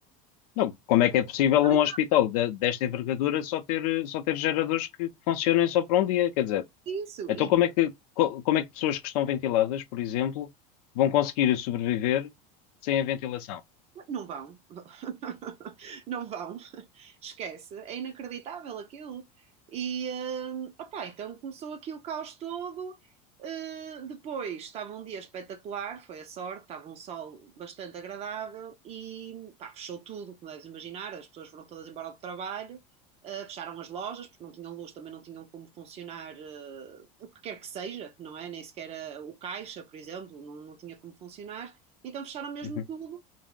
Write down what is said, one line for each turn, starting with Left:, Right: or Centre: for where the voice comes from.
Left: Não, como é que é possível
Right: eh,
Left: um hospital de- desta envergadura só ter, eh, só ter geradores que funcionem só para um dia? Quer dizer,
Right: isso?
Left: então
Right: E
Left: como é que, co- como é que pessoas que estão ventiladas, por exemplo, vão conseguir sobreviver sem a ventilação?
Right: Não vão, <laughs> não vão, esquece, é inacreditável aquilo. E, hum, opá, então começou aqui o caos todo. Uh, depois estava um dia espetacular, foi a sorte, estava um sol bastante agradável e pá, fechou tudo, como deves imaginar. As pessoas foram todas embora do trabalho, uh, fecharam as lojas porque não tinham luz, também não tinham como funcionar uh, o que quer que seja, não é? Nem sequer uh, o caixa, por exemplo, não, não tinha como funcionar. Então fecharam mesmo
Left: Uhum.
Right: tudo